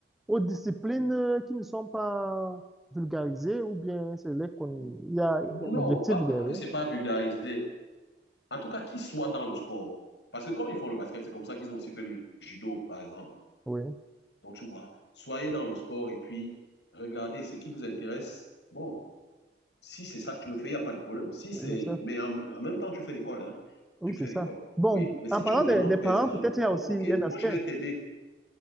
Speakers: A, in the centre; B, on the left.
A: aux disciplines euh, qui ne sont pas vulgarisées ou bien c'est les con...
B: Oui.
A: il y a
B: Non,
A: un objectif
B: pas
A: derrière.
B: que c'est pas vulgarisé. En tout cas, qu'ils soient dans le sport. Parce que comme ils font le basket, c'est comme ça qu'ils ont aussi fait le judo, par exemple.
A: Oui,
B: Donc, tu vois, soyez dans le sport et puis regardez ce qui vous intéresse. Bon, si c'est ça que tu veux faire, il n'y a pas de problème. Si c'est,
A: oui, c'est ça.
B: mais en, en même temps, tu fais l'école, hein.
A: Oui,
B: Tu
A: c'est
B: fais
A: ça.
B: l'école.
A: Bon,
B: Oui. Mais si
A: en
B: tu
A: parlant
B: veux vraiment
A: des, des
B: percer
A: parents,
B: dans
A: peut-être
B: le sport,
A: il y a aussi
B: ok,
A: un aspect.
B: moi, je vais t'aider.